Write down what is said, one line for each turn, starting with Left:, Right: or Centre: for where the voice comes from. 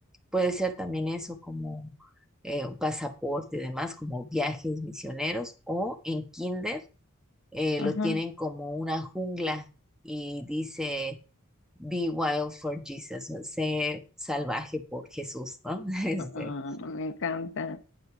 Centre: Puede ser también eso como... eh, un pasaporte y demás, como viajes misioneros o en kinder eh,
Left: ujú.
Centre: lo tienen como una jungla y dice, Be wild for Jesus, sé salvaje por Jesús, ¿no? <laughs> Este,
Left: Mm, Me encanta.